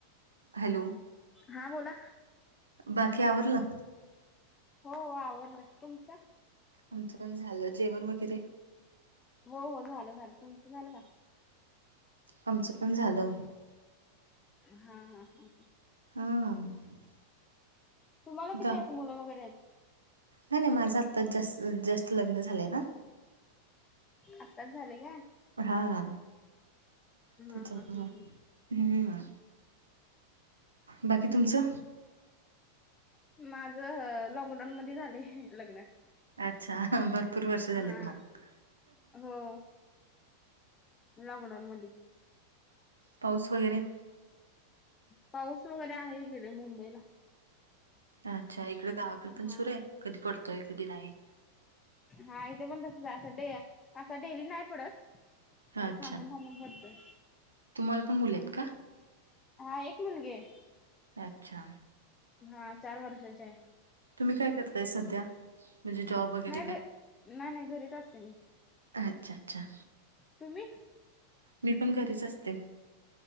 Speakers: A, on the right; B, on the left.
A: हॅलो.
B: हा बोला.
A: बाकी आवरल?
B: हो हो आवरल. तुमचं?
A: आमचं पण झालं. जेवण वगैरे?
B: हो हो झालं झालं. तुमचं झालं का?
A: आमचं पण झालं.
B: हा हा हा.
A: हा.
B: तुम्हाला किती
A: गा
B: अस मुलं वगैरे आहेत?
A: नाही नाही माझं आत्ता जस्ट जस्ट लग्न झालंय ना.
B: आताच झाले काय?
A: हा.
B: हा
A: त्याच्यामुळे.
B: हा हा हा.
A: हम्म, बाकी तुमचं?
B: माझं लॉकडाऊन मध्ये झालंय लग्न.
A: अच्छा! भरपूर वर्ष झालीत
B: हा
A: मग.
B: हो लॉकडाऊन मध्ये.
A: पाऊस वगैरे?
B: पाऊस वगैरे आहे इकडे मुंबईला.
A: अच्छा! इकडे गावाकडे पण
B: हा
A: सुरू आहे कधी पडतोय कधी नाही.
B: हा इथे पण तसच असं डे असं डेली नाही पडत असं
A: अच्छा
B: थांबून थांबून पडतोय.
A: तुम्हाला पण मुले आहेत का?
B: हा एक मुलगीय.
A: अच्छा!
B: हा चार वर्षाची हाय.
A: तुम्ही काय करताय सध्या? म्हणजे जॉब. वगैरे
B: नाही
A: काय
B: घ, नाही नाही घरीच असतोय मी.
A: अच्छा! अच्छा!
B: तुम्ही.?
A: मी पण घरीच असते.